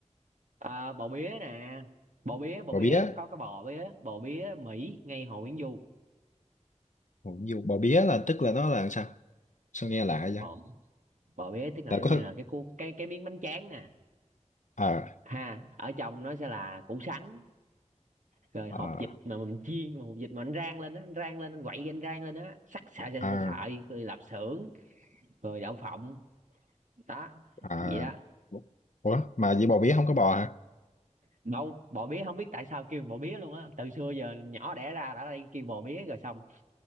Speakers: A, on the right; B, on the left.
A: à, bò bía nè bò bía bò
B: bò
A: bía
B: bía
A: có cái bò bía bò bía Mỹ ngay Hồ Nguyễn Du
B: Ủa, nhiều bò bía là tức là nó là sao sao nghe lạ vậy
A: bò bò bía tức là
B: là
A: giống
B: có
A: như là cái cuốn cái cái miếng bánh tráng nè
B: à
A: ha ở trong nó sẽ là củ sắn rồi hột
B: à
A: vịt mà mình chiên mà hột vịt mà anh rang lên á anh rang lên anh quậy anh rang lên á sắc sợi sợi
B: à
A: sợi rồi lạp xưởng rồi đậu phộng đó
B: à
A: vậy đó
B: ủa mà vậy bò bía không có bò hả
A: đâu bò bía không biết tại sao kêu bò bía luôn á từ xưa giờ nhỏ đẻ ra đã đây kêu bò bía rồi xong